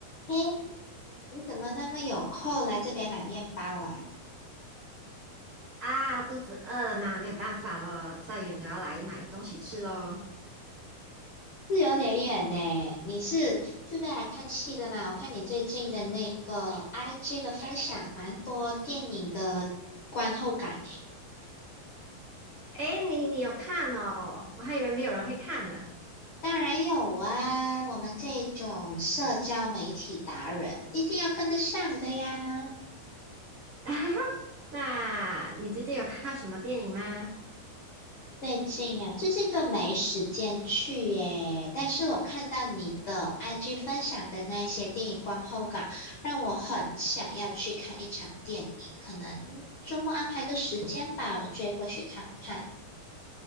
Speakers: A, on the left; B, on the right.
A: 嘿，你怎么那么有空来这边买面包啊？
B: 啊，肚子饿了吗？没有办法咯，再远都要来买东西吃咯。
A: 是有点远呢。你是顺便来看戏的吗？我看你最近的那个 IG 的分享，蛮多电影的观后感呢。
B: 诶，你你有看哦？我还以为没有人会看呢。
A: 当然有啊，我们这种社交媒体达人一定要跟得上的呀。
B: <laughs> 那你最近有看什么电影吗？
A: 最近啊，最近都没时间去耶。但是我看到你的 IG 分享的那些电影观后感，让我很想要去看一场电影。可能周末安排个时间吧，我追过去看看。